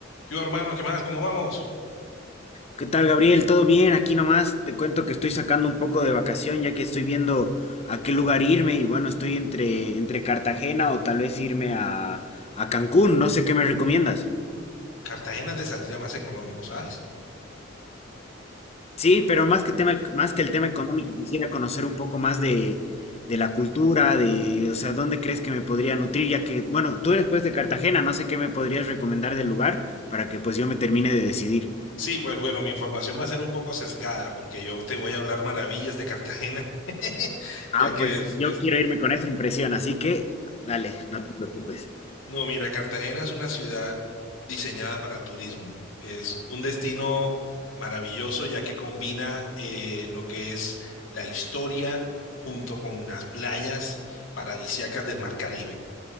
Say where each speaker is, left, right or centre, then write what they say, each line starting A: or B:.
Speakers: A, on the left; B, on the left.
A: Yo, hermano, ¿qué más? ¿Cómo vamos?
B: ¿Qué tal, Gabriel? ¿Todo bien? Aquí nomás te cuento que estoy sacando un poco de vacación ya que estoy viendo a qué lugar irme y bueno, estoy entre, entre Cartagena o tal vez irme a, a Cancún, no sé qué me recomiendas.
A: Cartagena te saldría más económico, ¿sabes?
B: Sí, pero más que tema, más que el tema económico, quisiera conocer un poco más de, de la cultura, de, o sea, dónde crees que me podría nutrir, ya que, bueno, tú eres pues de Cartagena, no sé qué me podrías recomendar del lugar para que pues yo me termine de decidir.
A: Sí, pues bueno, mi información va a ser un poco sesgada porque yo te voy a hablar maravillas de Cartagena, <laughs>
B: Ah,
A: ya que
B: pues
A: es,
B: yo
A: es...
B: quiero irme con esa impresión, así que dale, no te preocupes.
A: No, mira, Cartagena es una ciudad diseñada para el turismo. Es un destino maravilloso ya que combina eh, lo que es la historia junto con las playas paradisíacas del Mar Caribe.